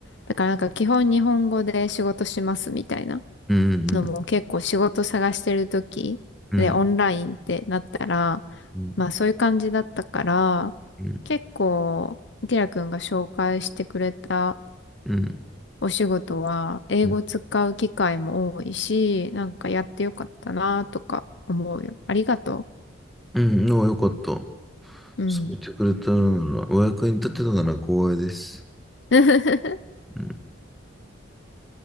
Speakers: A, on the left; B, in the centre.
A: だからなんか基本日本語で仕事しますみたいな
B: うん。
A: のも結構仕事探してる時でオンラインってなったら、
B: うん。うん。うん。
A: まあそういう感じだったから、
B: うん。
A: 結構、キラ君が紹介してくれた
B: うん。
A: お仕事は英語使う機会も多いし、
B: うん、
A: なんかやってよかったなとか思うよ。ありがと
B: うんでもよかった。
A: う。うん。
B: そう言ってくれたなら、お役に立てたなら光栄です。
A: <laughs>
B: うん。